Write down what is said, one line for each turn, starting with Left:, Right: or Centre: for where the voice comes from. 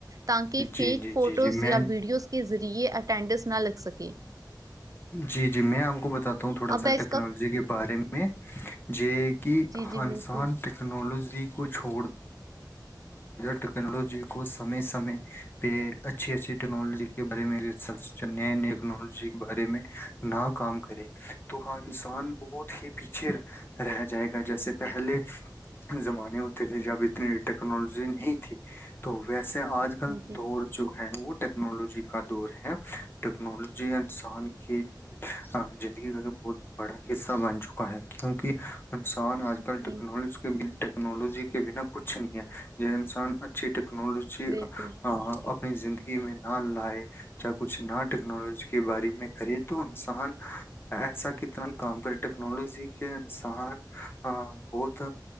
Right: تاکہ فیک
Left: جی جی
Right: فوٹوز
Left: جی جی میں
Right: یا ویڈیوز کے ذریعے اٹینڈنس نہ لگ سکے کی
Left: جی جی میں آپ کو بتاتا ہ تھوڑا
Right: اب
Left: سا
Right: ہے اس
Left: ٹیکنالوجی
Right: کا
Left: کے بارے میں ج کہ
Right: جی جی
Left: انسان
Right: بالکل
Left: ٹیکنالوجی ی کو چھوڑ ٹیکنالوجی کو سمے سمے پہ اچھی اچھی ٹیکنالوجی کے بارے میںرچ نئے نئے ٹیکنالوجی کے بارے میں ن کام کرے تو ہاں انسان بہت ہی پیچھے رہ جائے گا جیسے پہلے زمانے ہوتے تھے جب اتنے ٹیکنالوجی نہیں تھی تو ویس جے آج کل
Right: جی
Left: دور جو ہے وہ ٹیکنالوجی کا دور ہے ٹیکنالوجی انسان کی زندگی کا ایک بہت بڑا حصہ بن چکا ہے کیونکہ <unintelligible>
Right: جی
Left: ٹیکنالوجی کے بنا کچھ نہیں یہ انسان اچھی <unintelligible>
Right: بالکل
Left: اپنی زندگی میں نہ لائے یا کچھ نہ ٹیکنالوجی کے بارے میں کرے تو انسان ایسا کتنا ہی کام کرے ٹیکنالوجی کے انسان بہت